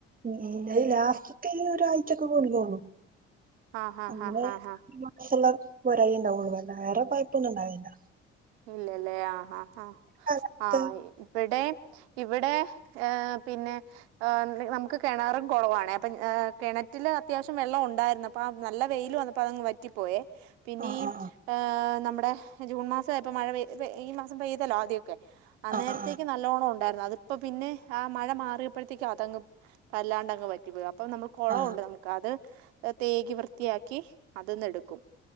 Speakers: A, on the right; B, on the right.
A: ഉം അത് ലാസ്റ്റത്തെ ഒരാഴ്ച ഒക്കെ കൊണ്ടുന്നോളും
B: ആ ഹാ
A: അങ്ങനെ
B: ഹാ ഹാ ഹാ
A: മാസവുള്ള പോരായിയേ ഉണ്ടാവൂള്ളൂ വേറെ പൈപ്പൊന്നും ഇണ്ടാവില്ല
B: ഇല്ലല്ലേ ആ ആ ആ
A: കാലാവസ്ഥ
B: ആഹ ഇവിടെ ഇവിടെ ഏഹ് പിന്നെ ഏഹ് ന് നമുക്ക് കെണറും കൊളോവാണെ അപ്പം ഏഹ് കെണറ്റിൽ അത്യാവശ്യം വെള്ളം ഉണ്ടായിരുന്നു. അപ്പ ആ നല്ല വെയില് വന്നപ്പോ അതങ്ങ് വറ്റിപ്പോയെ പിന്നി
A: ആ ആ
B: ഏഹ് നമ്മുടെ ജൂൺ മാസ ആയപ്പോ മഴ പെയ്യ് പെയ് ഈ മാസം പെയ്തല്ലോ ആദ്യം ഒക്കെ അന്നേരത്തേക്ക്
A: ആ ആ ആ
B: നല്ലോണം ഒൺ ണ്ടാരുന്നു. അതിപ്പ പിന്നെ ആ മഴ മാറിപ്പോഴത്തേക്കു അതങ്ങ് വല്ലാണ്ടങ്ങ് വറ്റിപ്പോയി. അപ്പൊ നമ്മൾ കൊളോഉണ്ട്
A: ആ
B: നമുക്ക് അത് ഏഹ് തേകി വൃത്തിയാക്കി അത് ന് എടുക്കും.